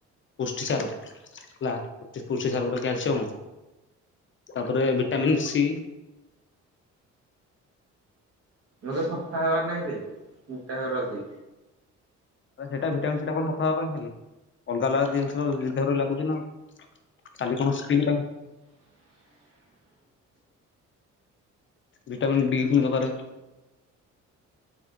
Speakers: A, on the left; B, on the right.
A: ପୁଷ୍ଟି ସାର ହେଲା ପତିଶ <unintelligible> ପୁଷ୍ଟି ସାର ପରେ କଲସୟମ ତା ପର ଭିଟାମିନ ସି
B: ନ ତ <unintelligible> ସଫା ହବାର ନାହିଁରେ ମୋଟା ହେବାର ଅଛିି
A: ସେଇଟା ଭିଟାମନ୍ ସି ସେଟା କଣ ସଫା ହବନା ଖାଲି ଅଲଗା ଅଲଗା ଜିନିଷ ଦେହରେ ଲାଗୁଛି ନା କାଲି କଣ <inaudible> ଭିଟାମିନ ଡି ପୁଣି ଦକାରାନରେ